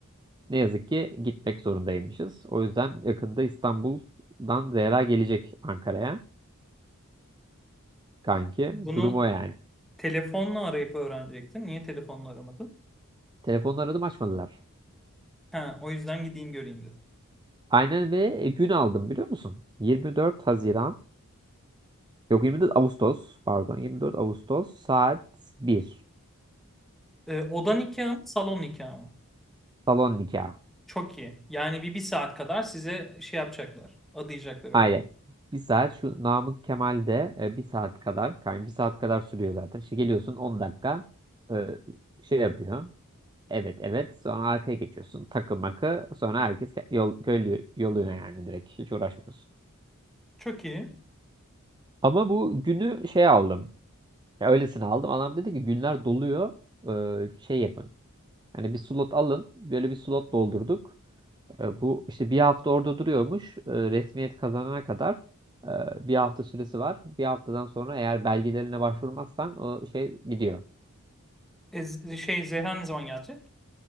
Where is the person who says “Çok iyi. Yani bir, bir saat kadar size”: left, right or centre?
Centre